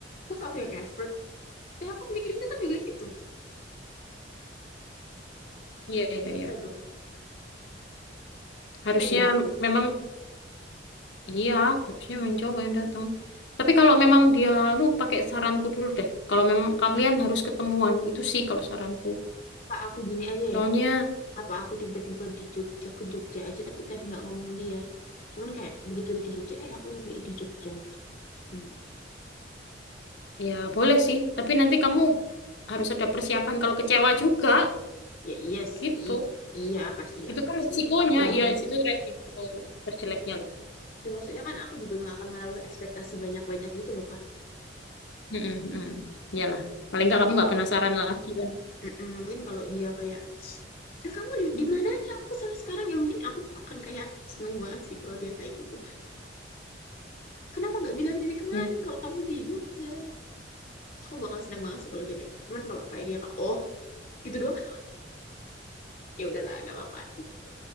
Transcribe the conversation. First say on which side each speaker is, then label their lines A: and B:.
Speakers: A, on the left; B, on the left.
A: masa aku yang effort? Ya aku mikirnya kan juga gitu.
B: Iya,
A: Gimana
B: iya, iya.
A: dong?
B: Harusnya
A: Pede aku.
B: memang, iya, harusnya memang cowok yang datang. Tapi kalau memang dia, lu pakai saranku dulu deh. Kalau memang kalian harus ketemuan, itu sih kalau saranku.
A: Apa aku gini aja
B: Soalnya,
A: ya? Apa aku tiba-tiba di Jogja ke Jogja aja tapi tadi nggak ngomong dia. Cuman kayak begitu udah di Jogja, eh aku lagi di Jogja gitu. Gimana?
B: ya boleh sih. Tapi nanti kamu harus ada persiapan kalau kecewa juga,
A: Ya iya sih.
B: gitu.
A: Iya pasti ya
B: Itu kan
A: pasti.
B: resikonya,
A: Aku nggak
B: iya,
A: akan.
B: itu resiko terjeleknya lah.
A: Ya, maksudnya kan aku juga nggak akan menaruh ekspektasi banyak-banyak gitu loh Kak.
B: Mm-mm, mm. Iyalah. Paling nggak
A: Mungkin
B: kamu nggak
A: kalau
B: penasaran lagi lah.
A: Mm-mm, mungkin kalau dia kayak ya kamu di, di mananya aku sana sekarang ya mungkin aku akan kayak seneng banget sih kalau dia kayak gitu kenapa nggak bilang dari kemarin
B: Iya.
A: kalau kamu di Jogja aku bakal seneng banget sih kalau dia kayak gitu cuman kalau kayak dia kayak oh gitu doang <laughs> ya udahlah nggak apa-apa